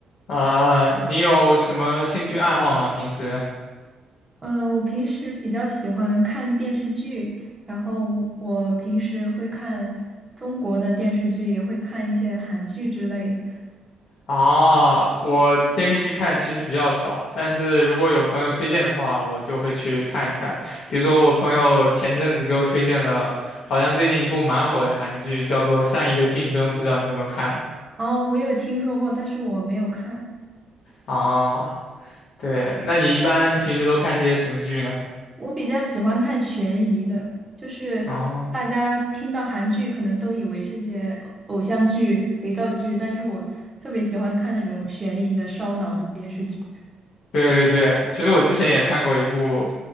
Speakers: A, on the left; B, on the right.
A: 啊，你有什么兴趣爱好吗？平时
B: 嗯，我平时比较喜欢看电视剧，然后我平时会看中国的电视剧，也会看一些韩剧之类的。
A: 啊，我电视剧看其实比较少，但是如果有朋友推荐的话，我就会去看一看。比如说，我朋友前阵子给我推荐了，好像最近一部蛮火的韩剧，叫做《善意的竞争》，不知道你有没有看？
B: 哦，我有听说过，但是我没有看。
A: 啊，对，那你一般平时都看些什么剧呢？
B: 我比较喜欢看悬疑的，就是大家听到韩剧可能都以为是些偶偶像剧、
A: 啊，
B: 肥皂剧，但是我特别喜欢看那种悬疑的、烧脑的电视剧。
A: 对对对，其实我之前也看过一部，